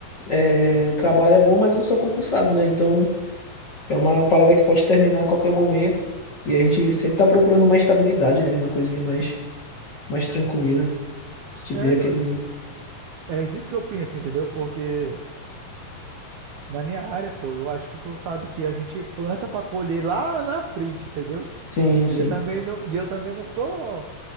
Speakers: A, on the left; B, on the right.
A: é, o trabalho é bom, mas eu não sou concursado, né? Então é uma parada que pode terminar a qualquer momento. E a gente sempre tá procurando uma estabilidade, né? Uma coisinha mais, mais tranquila, que te
B: É,
A: dê
B: que
A: aquele.
B: eu- é disso que eu penso, entendeu? Porque na minha área, pô, eu acho que tu sabe que a gente planta pra colher lá na frente, entendeu?
A: Sim,
B: E
A: sim,
B: eu também não, e eu também não tô,